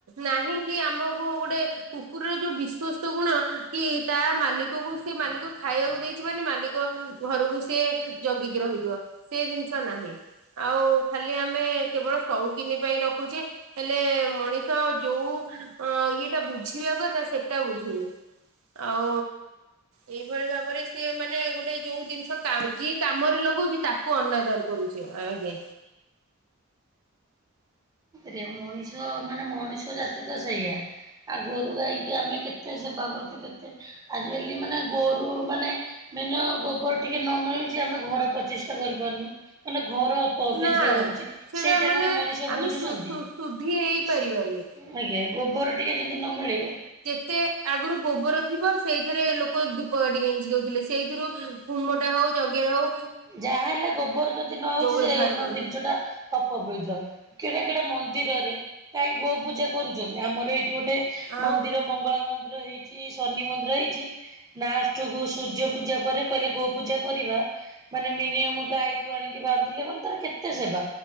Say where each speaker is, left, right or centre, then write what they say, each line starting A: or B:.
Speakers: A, on the right; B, on the right.
A: ନାହିଁ କି ଆମକୁ ଗୋଟେ କୁକୁରର ଯୋଉ ବିଶ୍ଵସ୍ତ ଗୁଣ କି ତା ମାଲିକକୁ ସେ ମାଲିକ ଖାଇବାକୁ ଦେଇଛି ମାନେ ମାଲିକ ଘରକୁ ସିଏ ଜଗିକି ରହିଯିବ ସେ ଜିନିଷ ନାହିଁ। ଆଉ ଖାଲି ଆମେ କେବଳ ସଉକିନି ପାଇଁ ରଖୁଛେ ହେଲେ ମଣିଷ ଯୋଉ ଇଏଟା ବୁଝିବା କଥା ସେଟା ବୁଝୁନି। ଆଉ ଏଇଭଳି ଭାବରେ ସିଏ ମାନେ ଗୋଟେ ଯୋଉ ଜିନିଷ କାମ୍, ଯିଏ କାମରେ ଲଗଉଛି ତାକୁ ଅନାଦର କରୁଚ୍ଛେ। ଆଜ୍ଞା।
B: ରେ ମଣିଷ ମାନେ ମଣିଷ ଜାତି ତ ସେଇଆ ଆ ଗୋରୁ ଗାଈକି ଆମେ କେତେ ସେବା କରୁଛୁ, କେତେ ଆଜିକାଲି ମାନେ ଗୋରୁ ମାନେ ବିନା ଗୋବର ଟିକେ ନ ମିଳୁଛି ଆମେ ଘର ପ୍ରଚିଷ୍ଟା କରିପାରୁନୁ। ମାନେ ଘର ପବିତ୍ର
A: ନା
B: ରହୁଛି।
A: ସେଟା
B: ସେଇଟା
A: ମାନେ
B: କଣ ମଣିଷ
A: ଆମେ
B: ବୁ ବୁଝୁଛନ୍ତି।
A: ସୁ ସୁ ଶୁଦ୍ଧି ହେଇପାରିବାନି।
B: ଆଜ୍ଞା, ଗୋବର ଟିକେ ଯଦି ନ ମିଳିବ
A: ତେ ଆଗରୁ ଗୋବର ଥିବ, ସେଇଥିରେ ଲୋକ ଧୂପକାଠି ଗେଞ୍ଜି ଦେଉଥିଲେ। ସେଇଥିରୁ ହୁମଟେ ହୋଉ, ଯଜ୍ଞ ରେ ହେଉ
B: ଯାହା ହେଲେ ଗୋବର ଯଦି ନ ହଉଛି
A: ବ୍ୟବହାର
B: ସେ ମାନେ
A: କରୁଥିଲେ
B: ଜିନିଷଟା ଅପବିତ୍ର। କେଡେ କେଡେ ମନ୍ଦିରରେ କାହିଁ ଗୋ ପୂଜା କରୁଛନ୍ତି। ଆମର ଏଇଠି ଗୋଟେ
A: ଆଉ
B: ମନ୍ଦିର, ମଙ୍ଗଳା ମନ୍ଦିର ହେଇ ଛି, ଶନି ମନ୍ଦିର ହେଇଛି। ନାଷ୍ଟ କୁ ସୂର୍ଯ୍ୟ ପୂଜା ପରେ କହିଲେ ଗୋ ପୂଜା କରିବା ମାନେ ମିନିୟମ୍ ଗାଈକୁ ଆଣିକି ବାନ୍ଧିଲେ, ମାନେ ତାର କେତେ ସେବା?